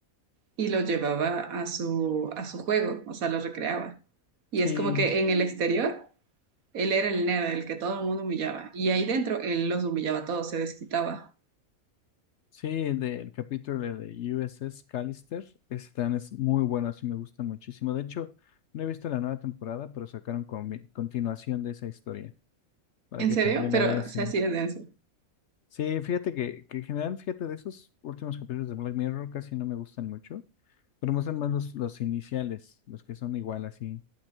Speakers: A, on the right; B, on the left.
A: y lo llevaba a su, a su juego, o sea, lo recreaba. Y
B: Sí,
A: es como que en el exterior él era el nerd, el que todo el mundo humillaba. Y ahí dentro él los humillaba a todos, se desquitaba.
B: Sí, del capítulo de USS Callister, ese también es muy bueno, sí me gusta muchísimo. De hecho, no he visto la nueva temporada, pero sacaron comi- continuación de esa historia, para
A: ¿En
B: que
A: serio?
B: también
A: Pero,
B: la veas.
A: o
B: Sí,
A: sea, sí es denso.
B: sí, fíjate que, que en general, fíjate, de esos últimos capítulos de Black Mirror casi no me gustan mucho, pero me gustan más los, los iniciales, los que son igual así,